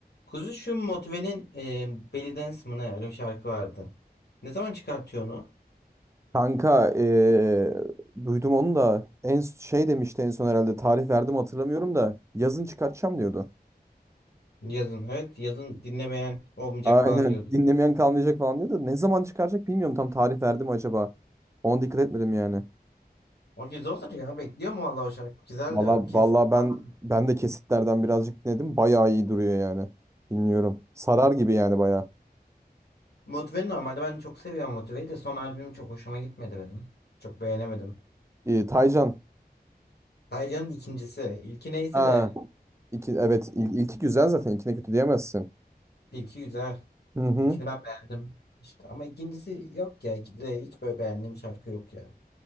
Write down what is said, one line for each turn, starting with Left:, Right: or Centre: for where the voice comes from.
Left: Kuzu şu Motive'nin e, Belly Dance mı ne öyle bir şarkı vardı. Ne zaman çıkartıyor onu?
Right: Kanka eee, duydum onu da en şey demişti en son herhalde tarih verdim hatırlamıyorum da yazın çıkartacağım diyordu.
Left: Yazın. Evet yazın dinlemeyen olmayacak
Right: Aynen
Left: falan diyordu.
Right: <laughs> dinlemeyen kalmayacak falan diyordu. Ne zaman çıkaracak bilmiyorum tam tarih verdi mi acaba? Ona dikkat etmedim yani.
Left: O güzel olur ya. Bekliyorum vallahi o şarkı. Güzel
Right: Valla
Left: de o kesti.
Right: valla ben
Left: falan.
Right: ben de kesitlerden birazcık dinledim. Bayağı iyi duruyor yani. Bilmiyorum. Sarar gibi yani bayağı.
Left: Motive'nin normalde ben çok seviyorum Motive'yi de son albüm çok hoşuma gitmedi benim. Çok beğenemedim.
Right: Ee, Taycan.
Left: Taycan'ın ikincisi. İlki neyse
Right: Ha,
Left: de
Right: iki, evet il- ilki güzel zaten ilkine kötü diyemezsin.
Left: ilki güzel.
Right: Hı hı.
Left: İlkini ben beğendim. İşte ama ikincisi yok ya. İkide hiç böyle beğendiğim şarkı yok ya.